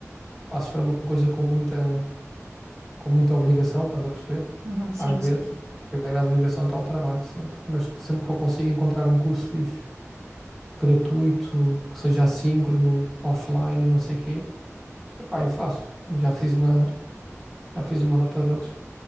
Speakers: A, in the centre; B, on the right.
A: pá, se for uma coisa com muita, com muita obrigação, estás a perceber?
B: Uhum, sim,
A: Às vezes,
B: sim, sim.
A: a primeira obrigação está ao trabalho, sempre, mas sempre que eu consigo encontrar um curso fixe, gratuito, que seja assíncrono, offline e não sei o quê, epá, eu faço. Já fiz uma, já fiz uma data deles.